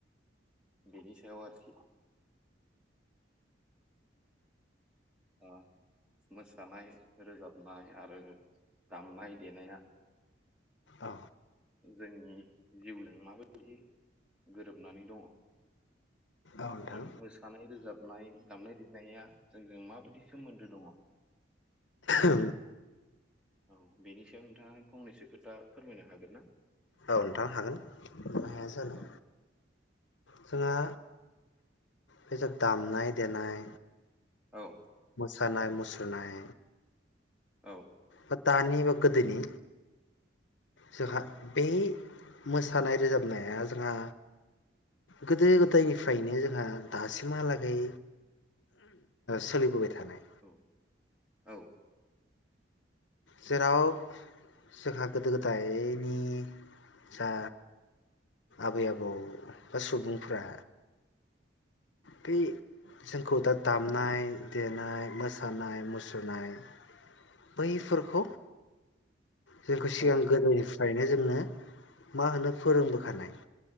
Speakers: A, in the centre; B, on the left.
A: बेनि सायाव आरोखि ओ मोसानाय रोजाबनाया आरो दामनाय देनाया
B: औ
A: जोंनि जिउजों माबायदि गोरोबनानै दङ
B: औ नोंथां
A: आरो मोसानाय रोजाबनाय दामनाय देनाया जोंजों माबायदि सोमोन्दो दङ
B: औ
A: औ बेनि सायाव नोंथाङा फंनैसो खोथा फोरमायनो हागोन ना
B: ओ नोंथां हागोन मानो हाया जानो
A: औ
B: जोंहा बे दामनाय देनाय
A: औ
B: खानाय मुसुरनाय
A: औ
B: बा दानि बा गोदोनि जोंहा बे मोसानाय रोजाबनाया जोंहा गोदो गोदायनिफ्रायनो जोंहा दासिमहालागै सोलिबोबाय था थानाय
A: औ औ
B: जेराव जोंहा गोदो गोदायनि जा आबै आबौ बा सुबुंफोरा बे जोंखौ दा दामनाय देनाय मोसानाय मुसुरनाय बैफोरखौ जेखौ सिगां
A: औ
B: गोदोनिफ नो जोंनो मा होनो फोरोंबोखानाय